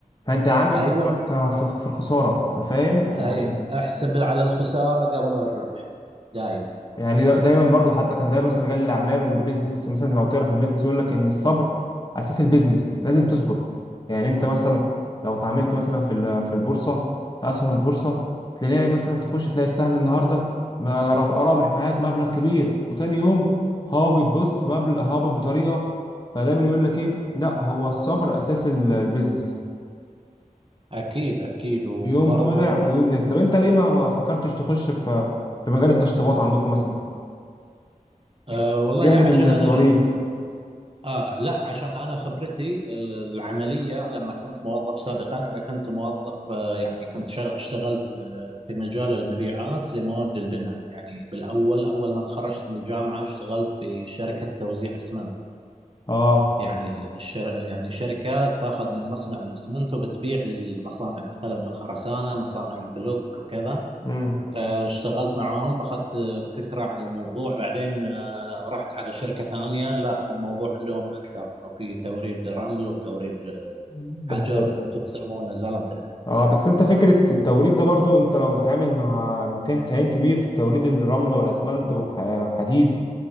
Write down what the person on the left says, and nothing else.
فانت عامل
حسابك في في الخساره فاهم
يعني
يعني دا- دايما برضو حتى كان ده مثلا رجال الاعمال والبيزنس مثلا لو تعرف البيزنس يقول لك ان الصبر اساس البيزنس لازم تصبر يعني انت مثلا لو اتعاملت مثلا في ال- في البورصه في اسهم البورصه تلاقي مثلا تخش تلاقي السهم النهارده ما- راب- رابح معاك مبلغ كبير وتاني يوم هابط بص مبلغ هابط بطريقه فدايما يقول لك ايه لا هو الصبر اساس ال- البيزنس
يوم طالع ويوم نازل طب انت ليه ما ما فكرتش تخش في في مجال التشطيبات عندكم مثلا
جانب
التوريد
اه
امم
بس
اه
بس انت فكرة التوريد ده برضو انت لو متعامل مع مكان كيان كبير في توريد الرملة والاسمنت والح- والحديد